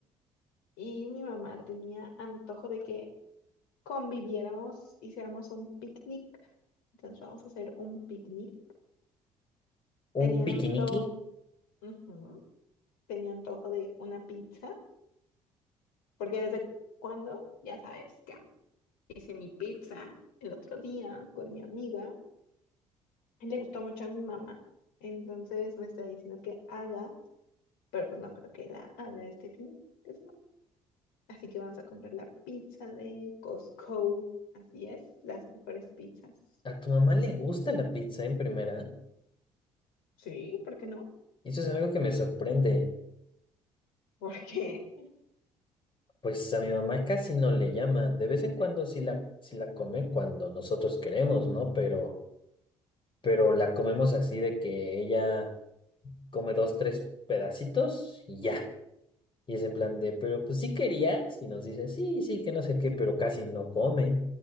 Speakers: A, on the left (about 60°); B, on the left (about 30°).
A: Y mi mamá tenía antojo de que conviviéramos, hiciéramos un picnic. Entonces vamos a hacer un picnic. Tenía
B: ¿Un piquiniqui?
A: antojo, ujú, tenía antojo de una pizza, porque desde cuando, ya sabes que am- hice mi pizza el otro día con mi amiga. le gustó mucho a mi mamá. Entonces me está diciendo que haga, pero pues no creo que la haga este fin de semana. Así que vamos a comprar la pizza de Costco. Así es, las mejores pizzas.
B: ¿A tu mamá le gusta la pizza en primera?
A: Sí, ¿por qué no?
B: Eso es algo que me sorprende.
A: Porque,
B: Pues a mi mamá casi no le llama. De vez en cuando sí la, sí la come cuando nosotros queremos, ¿no? Pero, pero la comemos así de que ella come dos, tres pedacitos y ya. Y es en plan de, pero pues sí querías. Y nos dice, sí, sí, que no sé qué, pero casi no come.